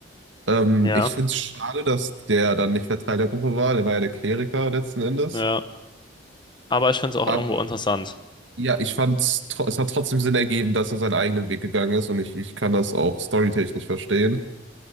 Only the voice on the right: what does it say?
Ähm,
ich finde es schade, dass der dann nicht mehr Teil der Gruppe war. Der war ja der Kleriker letzten Endes.
Aber
ja, ich fand es, hat trotzdem Sinn ergeben, dass er seinen eigenen Weg gegangen ist. Und ich, ich kann das auch storytechnisch verstehen.